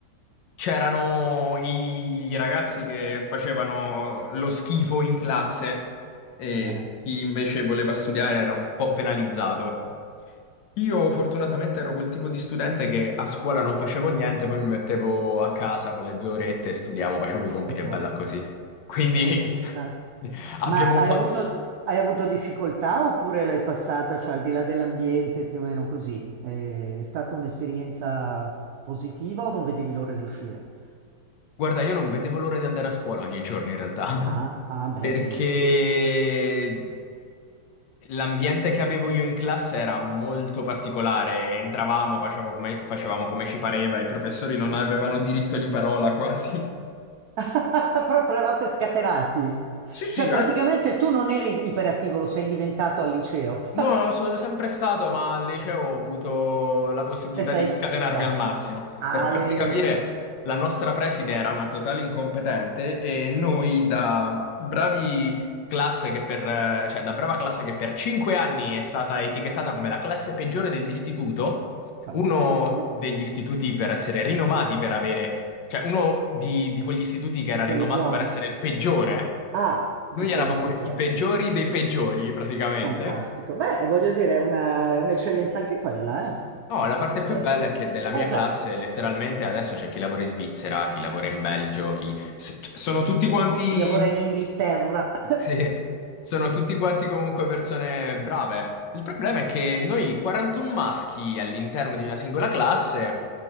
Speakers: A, on the left; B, on the right.
A: C'erano i ragazzi che facevano lo schifo in classe e
B: Eh,
A: chi invece voleva studiare era un po' penalizzato. Io fortunatamente ero quel tipo di studente che a scuola non facevo niente, poi mi mettevo a casa quelle due orette e studiavo, facevo i compiti
B: è prom-
A: e bella così. Quindi
B: è facile.
A: <laughs> abbiamo
B: Ma hai
A: fatto.
B: avuto, hai avuto difficoltà oppure l'hai passata, cioè al di là dell'ambiente, più o meno così? Eh, È stata un'esperienza positiva o non vedevi l'ora di uscire?
A: Guarda, io non vedevo l'ora di andare a scuola ogni giorno in realtà,
B: Ah,
A: <laughs>
B: ah, beh,
A: perché
B: bene.
A: l'ambiente che avevo io in classe era molto particolare. Entravamo, facevamo come, facevamo come ci pareva, i professori non avevano diritto di parola quasi.
B: <laughs> Proprio eravate scatenati.
A: Sì, sì,
B: Cioè, praticamente
A: eh,
B: tu non eri iperattivo, lo sei diventato al liceo. <laughs>
A: No, sono sempre stato, ma al liceo ho avuto la possibilità
B: E sei
A: di scatenarmi
B: sfogato.
A: al massimo. Per
B: Ale,
A: farti capire,
B: oh,
A: la nostra preside era una totale incompetente e noi da bravi classe che per, eh, cioè da brava classe che per cinque anni è stata etichettata come la classe peggiore dell'istituto,
B: fantastico.
A: uno degli istituti per essere rinomati per avere, cioè uno di, di quegli istituti che
B: Di
A: era
B: quelli
A: rinomato
B: buoni.
A: per essere il peggiore.
B: Ah, di
A: Noi
B: quelli
A: eravamo
B: peggiori.
A: i peggiori dei peggiori, praticamente.
B: Fantastico. Beh, voglio dire, è una- è un'eccellenza anche quella, eh?
A: No,
B: Cioè,
A: la parte
B: tu scherzi.
A: più bella è che della mia
B: Esatto.
A: classe letteralmente adesso c'è chi lavora in Svizzera, chi lavora in Belgio, chi... s- c- sono tutti quanti...
B: Chi lavora in Inghilterra. <laughs>
A: Sì, sono tutti quanti comunque persone brave. Il problema è che noi 41 maschi all'interno di una singola classe